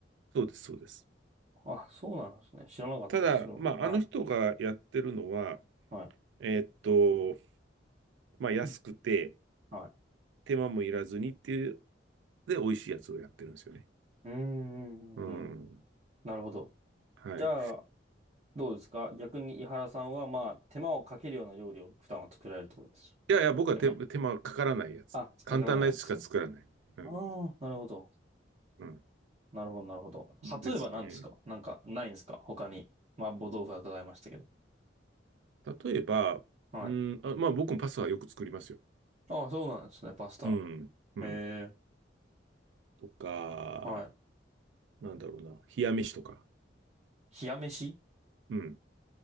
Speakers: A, on the right (about 80°); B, on the right (about 40°).
A: そうです、そうです。
B: あ、そうなんですね。知らなかったです、
A: ただ、
B: それは。
A: まあ、
B: はい。
A: あの人がやってるのは、
B: は
A: えーっと、まあ、安くて、
B: い。うんはい。
A: 手間もいらずにっていう、で、美味しいやつをやってるんですよね。
B: うーん、
A: うん。
B: うんうんなるほど。
A: はい。
B: じゃあ、どうですか逆に井原さんは、まあ、手間をかけるような料理を普段は作られるってことです
A: いやいや、僕は手、
B: よね。
A: 手間かからないやつ。
B: あ、つっかからないやつ。
A: 簡単なやつしか作らない。
B: あ
A: うん。
B: あ、なるほど。
A: うん。
B: なるほど、なるほど。
A: ですね。
B: 例えば何ですかなんか、ないんですか他に。麻婆豆腐は伺いましたけど。
A: 例えば、
B: はい。
A: うん、あ、まあ僕もパスタはよく作りますよ。
B: ああ、そうなんですね、パスタ。
A: うん、うん。
B: へえ、
A: とか、
B: はい。
A: なんだろうな、冷や飯とか。
B: 冷や飯
A: うん。